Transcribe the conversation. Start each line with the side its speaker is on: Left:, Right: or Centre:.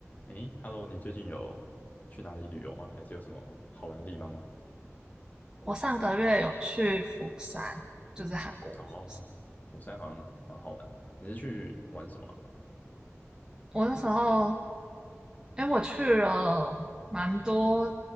Left: 诶，Hello，你最近有去哪里旅游吗？还是有什么好玩的地方吗？
Right: 我上个月有去釜山，就是韩国的釜山。
Left: 哦，釜山好像蛮好玩的。你是去玩什么？
Right: 我那时候，哎，我去了蛮多